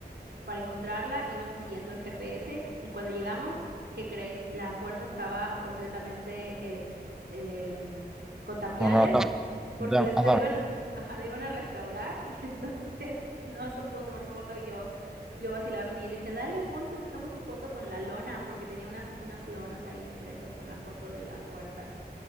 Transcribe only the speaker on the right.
para encontrarla, íbamos siguiendo el GPS y cuando llegamos, ¿qué crees? La puerta estaba completamente eh, em, con tapiales
porque
las,
la iban, ajá, la iban a restaurar y <laughs> entonces no se pudo tomar su foto y yo, yo vacilaba con ella y le decía, dale, ponte, te tomo tu foto con la lona porque tenía unas, unas lonas ahí impresas con la foto de la puerta.